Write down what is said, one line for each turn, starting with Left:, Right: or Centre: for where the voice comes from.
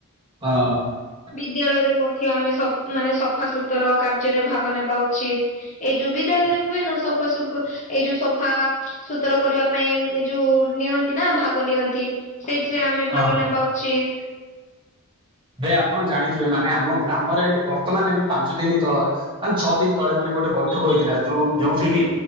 Right: ହଁ।
Left: ବିଦ୍ୟାଳୟରେ ମଧ୍ୟ ଆମେ ସ ମାନେ ସଫା ସୁୁତୁର କାର୍ଯ୍ୟରେ ଭାଗ ନେବା ଉଚିତ୍। ଏଇ ଯୋଉ ବିଦ୍ୟାଳୟରେ ହୁଏ ନା ସଫାସୁଫ ଏଇ ଯୋଉ ସଫା ସୁତର କରିବା ପାଇଁ ଏ ଯୋଉ ନିଅନ୍ତି ନା ଭାଗ ନିଅନ୍ତି। ସେଇଥିରେ ଆମେ
Right: ହଁ।
Left: ଭାଗ ନେବା ଉଚିତ।
Right: ଭାଇ ଆପଣ ଜାଣିଥିବେ ମାନେ ଆମ ଗ୍ରାମରେ ବର୍ତ୍ତମାନ ଏବେ ପାଞ୍ଚ ଦିନି ତଳେ ମାନେ ଛଅ ଦିନ ତଳେ ମାନେ ଗୋଟେ ବୈଠକ ହୋଇଥିଲା ଯୋଉ ଯୋଉଠିକି